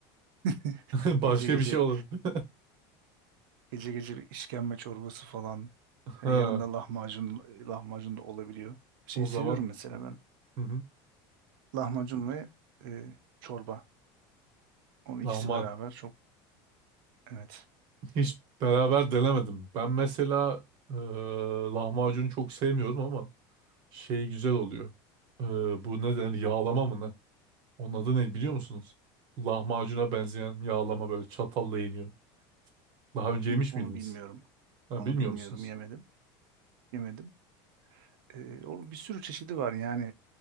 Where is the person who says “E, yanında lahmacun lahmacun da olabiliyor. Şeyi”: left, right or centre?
Right